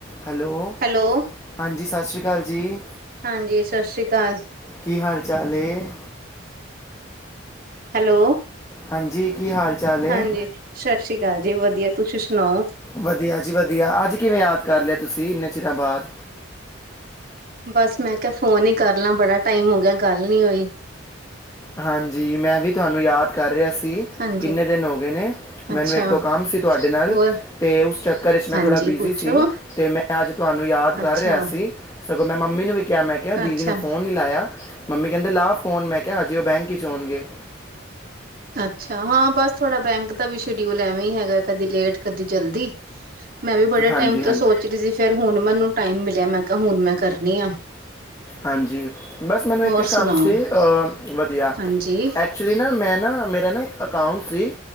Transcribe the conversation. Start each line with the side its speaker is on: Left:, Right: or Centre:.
Left: Hello
Right: hello
Left: ਹਾਂਜੀ ਸਤਿ ਸ਼੍ਰੀ ਅਕਾਲ ਜੀ।
Right: ਹਾਂਜੀ ਸਤਿ ਸ੍ਰੀ ਅਕਾਲ
Left: ਕੀ ਹਾਲ ਚਾਲ ਹੈ?
Right: ਹੈਲੋ
Left: ਹਾਂਜੀ ਕੀ ਹਾਲ ਚਾਲ ਏ?
Right: ਹਾਂਜੀ ਸਤਿ ਸ੍ਰੀ ਅਕਾਲ ਜੀ ਵਧੀਆ ਤੁਸੀਂ ਸੁਣਾਓ
Left: ਵਧੀਆ ਜੀ ਵਧੀਆ ਅੱਜ ਕਿਵੇਂ ਯਾਦ ਕਰ ਲਿਆ। ਤੁਸੀਂ ਇੰਨੇ ਚਿਰਾ ਬਾਅਦ।
Right: ਬਸ ਮੈਂ ਕਿਹਾ ਫੋਨ ਹੀ ਕਰ ਲਾਂ ਬੜਾ ਟਾਈਮ ਹੋ ਗਿਆ ਗੱਲ ਨੀ ਹੋਈ।
Left: ਹਾਂਜੀ ਮੈਂ ਵੀ ਤੁਹਾਨੂੰ ਯਾਦ ਕਰ ਰਿਹਾ ਸੀ। ਸੀ
Right: ਹਾਂਜੀ
Left: ਕਿੰਨੇ ਦਿਨ ਹੋ ਗਏ ਨੇ ਮੈਨੂੰ
Right: ਅੱਛਾ
Left: ਇੱਕ ਦੋ ਕੰਮ ਸੀ ਤੁਹਾਡੇ ਨਾਲ
Right: ਹੋਰ
Left: ਤੇ ਉਸ ਚੱਕਰ ਵਿੱਚ ਮੈਂ
Right: ਹਾਂਜੀ
Left: ਥੋੜ੍ਹਾ ਬਿਜ਼ੀ
Right: ਪੁੱਛੋ
Left: ਸੀ ਤੇ ਮੈਂ ਅੱਜ ਤੁਹਾਨੂੰ ਯਾਦ ਕਰ
Right: ਅੱਛਾ
Left: ਰਿਹਾ ਸੀ ਸਗੋਂ ਮੈਂ ਮੰਮੀ ਨੂੰ ਵੀ ਕਿਹਾ ਮੈਂ ਕਿਹਾ
Right: ਅੱਛਾ
Left: ਦੀਦੀ ਨੂੰ ਫ਼ੋਨ ਨਹੀਂ ਲਾਇਆ। ਮੰਮੀ ਕਹਿੰਦੇ ਲਾ ਫੋਨ ਮੈਂ ਕਿਹਾ ਹਜੇ ਉਹ ਬੈਂਕ ਵਿੱਚ ਹੋਣਗੇ।
Right: ਅੱਛਾ ਹਾਂ ਬਸ ਥੋੜਾ ਬੈਂਕ ਦਾ ਵੀ ਸ਼ਡਿਊਲ ਐਵੀਂ ਹੈਗਾ ਕਦੀ ਲੇਟ ਕਦੀ ਜਲਦੀ। ਮੈਂ ਵੀ ਬੜੇ
Left: ਹਾਂਜੀ
Right: ਟਾਈਮ ਤੋਂ
Left: ਹਾਂਜੀ
Right: ਸੋਚ ਰਹੀ ਸੀ ਫੇਰ ਹੁਣ ਮੈਨੂੰ ਟਾਈਮ ਮਿਲਿਆ ਮੈਂ ਕਿਹਾ ਹੁਣ ਮੈਂ ਕਰਨੀ ਆ
Left: ਹਾਂਜੀ ਬਸ ਮੈਨੂੰ
Right: ਹੋਰ
Left: ਇੱਕ ਕੰਮ
Right: ਸੁਣਾਓ
Left: ਸੀ ਅ ਵਧੀਆ
Right: ਹਾਂਜੀ
Left: ਐਕਚੁਲੀ ਨਾ ਮੈਂ ਨਾ ਮੇ ਰਾ ਨਾ ਇੱਕ ਅਕਾਊਂਟ ਸੀ